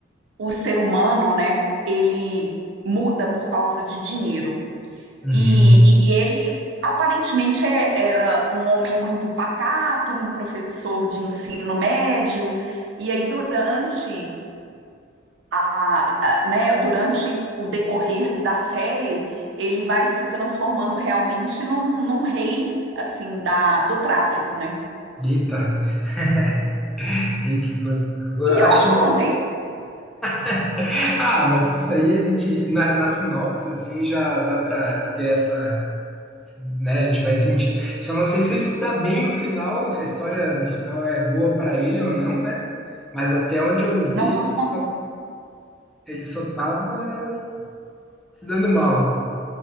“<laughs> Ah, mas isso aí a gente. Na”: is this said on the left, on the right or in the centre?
Centre